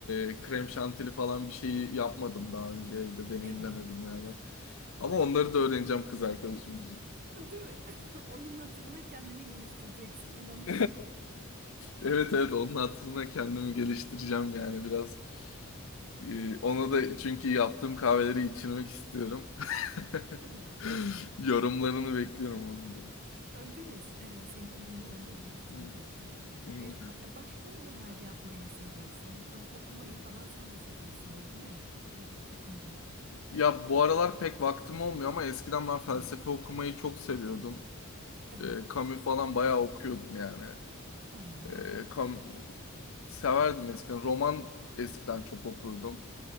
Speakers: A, on the left; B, on the right.
A: e, krem şantili falan bir şeyi yapmadım daha önce evde deneyimlemedim
B: Evet.
A: yani. Ama onları da öğreneceğim kız arkadaşım için.
B: Değil mi? <laughs> Onun hatırına kendini geliştireceksin inanıyorum.
A: <laughs> Evet evet onun hatırına kendimi geliştireceğim yani biraz. Ee, Onu da çünkü yaptığım kahveleri içirmek istiyorum. <laughs>
B: Evet.
A: Yorumlarını bekliyorum onu da.
B: <laughs> Değil mi? Eh, Seni olumlu yönde geliştirecektir.
A: Hı, hı.
B: Eh, ba- Başka neler yapmayı seviyorsun? Eh, Okumayı falan sen de seviyorsundur değil mi eh, Emre?
A: Ya bu aralar pek vaktim olmuyor ama eskiden ben felsefe
B: Evet,
A: okumayı çok seviyordum.
B: evet.
A: Ee, Camus falan bayağı okuyordum yani.
B: Aha,
A: Ee, Cam- severdim eskiden. Roman eskiden çok okurdum.